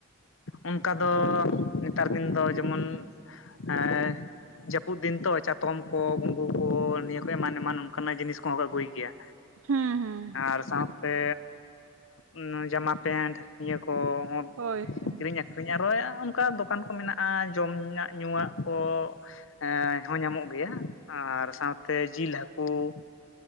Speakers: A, on the left; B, on the right.
A: ᱚᱱᱠᱟ ᱫᱚ ᱱᱮᱛᱟᱨ ᱫᱤᱱ ᱫᱚ ᱡᱮᱢᱚᱱ ᱮ ᱡᱟᱹᱯᱩᱫ ᱫᱤᱱ ᱛᱚ ᱪᱟᱛᱚᱢ ᱠᱚ ᱜᱩᱸᱜᱩ ᱠᱚ ᱱᱤᱭᱟᱹ ᱠᱚ ᱮᱢᱟᱱ ᱮᱢᱟᱱ ᱚᱱᱠᱟᱱᱟᱜ ᱡᱤᱱᱤᱥ ᱠᱚᱦᱚᱸ ᱠᱚ ᱟᱹᱜᱩᱭ ᱜᱮᱭᱟ᱾
B: ᱦᱩᱸ ᱦᱩᱸ᱾
A: ᱟᱨ ᱥᱟᱣᱛᱮ ᱩᱸ ᱡᱟᱢᱟ ᱯᱮᱱᱴ ᱱᱤᱭᱟᱹ ᱠᱚᱦᱚᱸ
B: ᱦᱳᱭ ᱦᱮᱸ᱾
A: ᱟᱨᱚᱭᱟ ᱚᱱᱠᱟ ᱫᱚᱠᱟᱱ ᱠᱚ ᱢᱮᱱᱟᱜᱼᱟ ᱡᱚᱢᱟᱜ ᱧᱩᱣᱟᱜ ᱠᱚ ᱮᱸ ᱦᱚᱸ ᱧᱟᱢᱚᱜ ᱜᱮᱭᱟ ᱟᱨ ᱥᱟᱶᱛᱮ ᱡᱤᱞ ᱦᱟᱹᱠᱩ